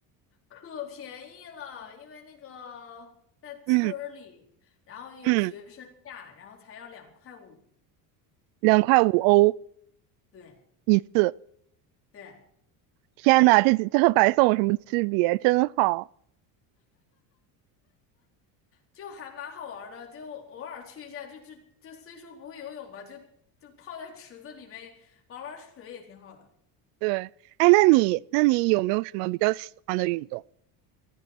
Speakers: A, on the left; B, on the right.
A: 可便宜了，因为那个在村儿里，
B: 嗯
A: 然后有学生价，
B: 嗯，
A: 然后才要两块五，
B: 两块五欧
A: 对
B: 一次。
A: 对，
B: 天呐，这几这和白送有什么区别？真好。
A: 就还蛮好玩儿的，就偶尔去一下，就就就虽说不会游泳吧，就就泡在池子里面玩玩水也挺好的，
B: 对，哎，那你那你有没有什么比较喜欢的运动？